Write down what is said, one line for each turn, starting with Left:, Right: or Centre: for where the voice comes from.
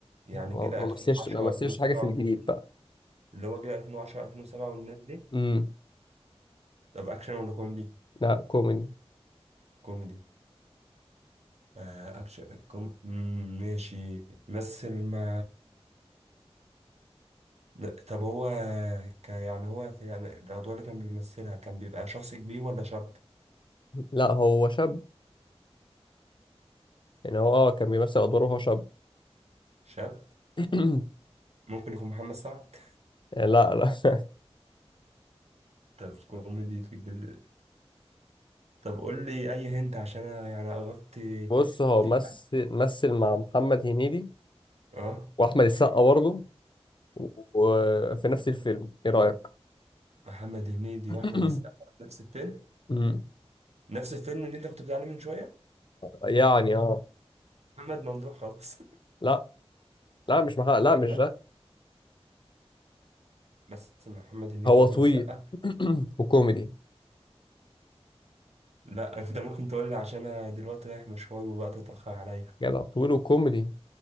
Right: يعني
Left: ما
Right: الجيل 2010
Left: ما مثلش ما مثلش
Right: 2007
Left: حاجة في الجديد
Right: والحاجات دي
Left: بقى
Right: اللي هو جيل 2010 2007 والناس دي
Left: امم
Right: طب اكشن ولا كوميدي
Left: لا كوميدي
Right: كوميدي آه اكشن كوم... مم، ماشي مثل مع لا، طب هو ك... يعني هو في الأم- الأدوار اللي كان بيمثلها كان بيبقى شخص كبير ولا شاب؟
Left: لا هو شاب يعني هو اه كان بيمثل أدواره وهو شاب
Right: شاب
Left: <clears throat>
Right: ممكن يكون محمد سعد
Left: يعني لا لا <laughs>
Right: طب كوميدي في الجل طب قول لي أي هنت عشان أنا يعني عرفت
Left: بص هو
Right: في
Left: مثل
Right: حد
Left: مثل مع محمد هنيدي
Right: اه
Left: وأحمد السقا برضه و- وفي نفس الفيلم إيه رأيك؟
Right: محمد هنيدي
Left: <clears throat>
Right: وأحمد السقا نفس الفيلم
Left: امم
Right: نفس الفيلم اللي أنت كنت بتعلم من شوية
Left: يعني اه
Right: محمد ممدوح خلاص <laughs>
Left: لا لا مش محمد لا مش
Right: إيه ده؟
Left: ده
Right: بس محمد هنيدي
Left: هو
Right: وأحمد
Left: طويل
Right: السقا
Left: <clears throat> وكوميدي
Right: لا أنت ممكن تقول لي عشان أنا دلوقتي رايح مشوار والوقت اتأخر عليا
Left: جدع طويل وكوميدي